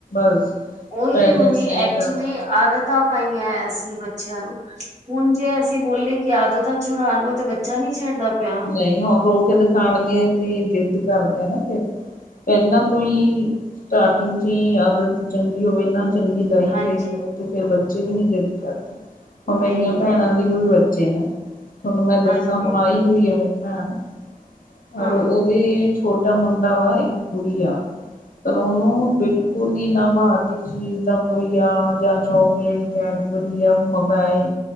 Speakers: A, on the left (about 70°); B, on the right (about 55°).
A: <inaudible>
B: ਉਹੀ-ਉਹੀ
A: ਐ
B: ਐਕਚੁਲੀ
A: ਕਰ
B: ਆਦਤਾਂ ਪਾਈਆਂ ਏ ਅਸੀਂ ਬੱਚਿਆਂ ਨੂੰ ਹੁਣ ਜੇ ਅਸੀਂ ਬ ਬੋਲੇ ਕਿ ਆਦਤਾਂ ਛੁੜਾਲਓ ਤੇ ਬੱਚਾ ਨੀ ਛੱਡਦਾ। ਪਿਆ
A: ਨਹੀਂ ਹੁਣ ਰੋ ਕੇ ਦਿਖਾਣਗੇ ਤੇ ਜਿੱਦ ਕਰਦੇ ਨਾ ਫਿਰ। ਪਹਿਲਾਂ ਤੋਂ ਹੀ ਸਟਾਰਟਿੰਗ ਚ ਹੀ ਆਦਤ ਚੰਗੀ ਹੋਵੇ ਇਹਨਾਂ ਚੰਗੀ ਲਾਈ
B: ਹਾਂਜੀ।
A: ਗਈ ਹੋਵੇ ਤੇ ਫਿਰ ਬੱਚੇ ਵੀ ਨੀ ਜਿੱਦ ਕਰਦੇ। ਓ
B: ਨਹੀਂ-ਨਹੀਂ
A: ਮੇਰੀਆਂ ਭੈਣਾਂ
B: ਹੋ ਰਿਹਾ
A: ਦੇ ਵੀ ਬੱਚੇ ਨੇ। ਤੁਹਾਨੂੰ ਮੈਂ ਦੱਸਾਂ
B: ਹਾਂਜੀ
A: ਹੁਣ ਆਈ ਹੋਈ ਆ ਮੇਰੀ ਭੈਣ ਪਰ
B: ਹਾਂ
A: ਉਹਦੇ ਛੋਟਾ ਮੁੰਡਾ ਵਾ ਇੱਕ ਕੁੜੀ ਆ। ਪਰ ਉਹਨੂੰ ਬਿਲਕੁਲ ਨੀਂ ਨਾ ਬਾਹਰ ਦੀ ਚੀਜ਼ ਦਾ ਕੋਈ ਆ ਜਾਂ ਚੋਕਲੇਟ ਕਹਿ ਵਧੀਆ ਮੋਬਾਇਲ